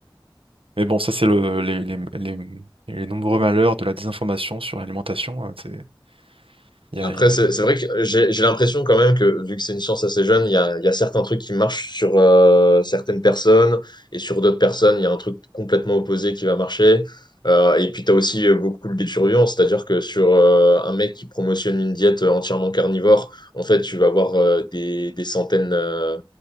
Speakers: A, on the right (about 85°); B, on the left (about 55°).
A: Mais bon, ça, c'est le, les, les, les- les nombreux malheurs de la désinformation sur l'alimentation. hein, c'est- il y
B: Après,
A: a- il y a-
B: c'est c'est vrai que j'ai j'ai l'impression quand même que, vu que c'est une science assez jeune, il y a, il y a certains trucs qui marchent sur euh, certaines personnes et sur d'autres personnes, il y a un truc complètement opposé qui va marcher. Euh, et puis, tu as aussi euh, beaucoup le biais de biturient, c'est-à-dire que sur euh, un mec qui promotionne une diète euh, entièrement carnivore, en fait, tu vas avoir euh, des, des centaines, euh,